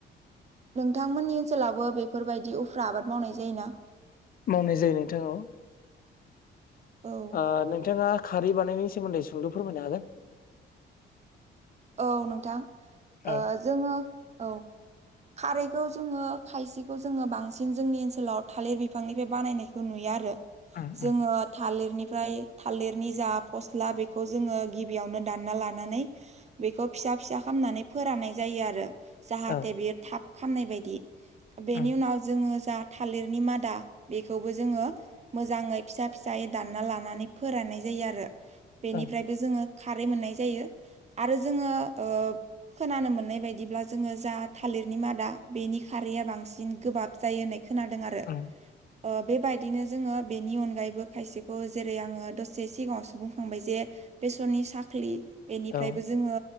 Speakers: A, on the right (about 35°); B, on the left (about 45°).
A: नोंथांमोननि ओनसोलावबो बेफोरबायदि उफ्रा आबाद मावनाय जायोना?
B: मावनाय जायो नोंथां औ
A: औ
B: ओ नोंथाङा खारै बानायनायनि सोमोन्दै सुंद' फोरमायनो हागोन?
A: औ नोंथां
B: औ
A: ओ जोङो औ खारैखौ जोङो खायसेखौ जोङो बांसिन जोंनि ओनसोलाव थालिर बिफांनिफ्राय बानायनायखौ नुयो आरो।
B: उम
A: जोङो
B: उम
A: थालिरनिफ्राय थालिरनि जा फस्ला बेखौ जोङो गिबियावनो दानना लानानै बेखौ फिसा फिसा खामनानै फोराननाय जायो आरो जाहाथे
B: औ
A: बियो थाब खामनाय बायदि बेनि
B: उम
A: उनाव जोङो जा थालिरनि मादा बेखौबो जोङो मोजाङै फिसा फिसायै दानना लानानै फोराननाय जायो आरो। बेनिफ्रायबो
B: औ
A: जोङो खारै मोननाय जायो आरो जोङो ओ खोनानो मोननाय बायदिब्ला जोङो जा थालिरनि मादा बेनि खारैया बांसिन गोबाब जायो होननाय खोनादों आरो
B: उम
A: ओ बेबायदिनो जोङो बेनि अनगायैबो खायसेखौ जेरै आङो दसे सिगाङावसो बुंखांबाय जे बेसरनि साखलि बे निफ्रायबो
B: औ
A: जोङो